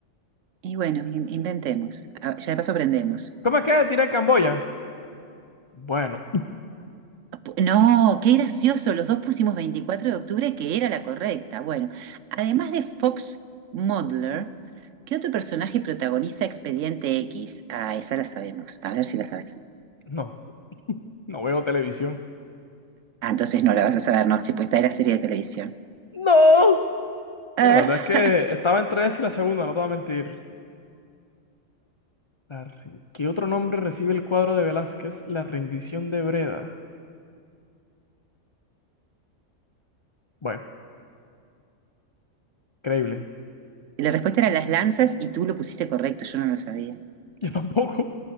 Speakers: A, on the right; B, on the left.
A: Y bueno, in- inventemos. Ah, Ya de paso aprendemos.
B: ¿Cómo es que tiré Camboya? Bueno,
A: Pu- No, qué gracioso, los dos pusimos 24 de octubre, que era la correcta. Bueno, además de Fox Mulder, ¿qué otro personaje protagoniza Expediente X? Ah, esa la sabemos. A ver si la sabes.
B: <laughs> no, no veo televisión.
A: Ah, entonces no la vas a saber, no, si pues esta era serie de televisión.
B: ¡No!
A: Ah,
B: Bueno, la verdad es que estaba entre esa y la segunda, no te voy a mentir. La re- ¿Qué otro nombre recibe el cuadro de Velázquez? La rendición de Breda. Bueno, creíble.
A: la respuesta era Las Lanzas y tú lo pusiste correcto, yo no lo sabía.
B: <laughs> Yo tampoco.